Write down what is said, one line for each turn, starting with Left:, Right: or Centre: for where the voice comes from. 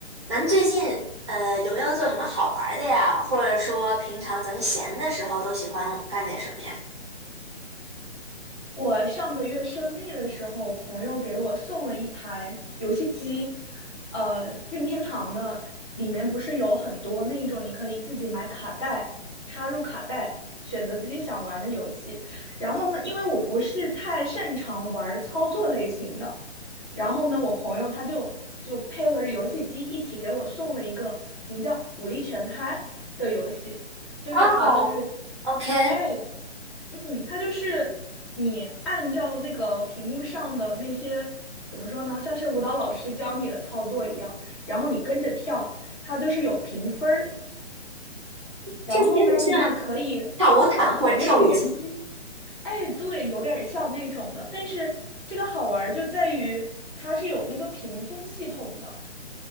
Right: 咱们最近呃有没有做什么好玩儿的呀？或者说平常咱们闲的时候都喜欢干点什么呀？
Left: 我上个月生日的时候，朋友给我送了一台游戏机，呃，任天堂的，里面不是有很多那种你可以自己买卡带，插入卡带，选择自己想玩的游戏。然后呢，因为我不是太擅长玩操作类型的，然后呢，我朋友他就就配合着游戏机一起给我送了一个名叫《武力全开》的游戏，就是它就是
Right: 哦，OK，
Left: 哎，嗯，它就是你按照那个屏幕上的那些怎么说呢，像是舞蹈老师教你的操作一样，然后你跟着跳，它就是有评分儿。然后呢，
Right: 听起来有点像
Left: 你也可以和朋友联机。
Right: 跳舞毯或者跳舞机。
Left: 哎，对，有点儿像那种的，但是这个好玩儿就在于它是有那个评分系统的，